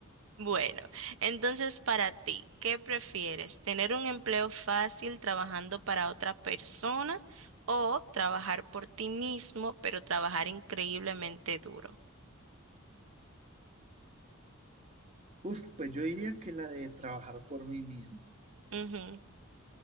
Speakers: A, on the right (about 70°); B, on the right (about 30°).
A: Bueno, entonces para ti, ¿qué prefieres? ¿Tener un empleo fácil trabajando para otra persona o trabajar por ti mismo, pero trabajar increíblemente duro?
B: Uf, pues yo diría que la de trabajar por mí mismo.
A: Ujú,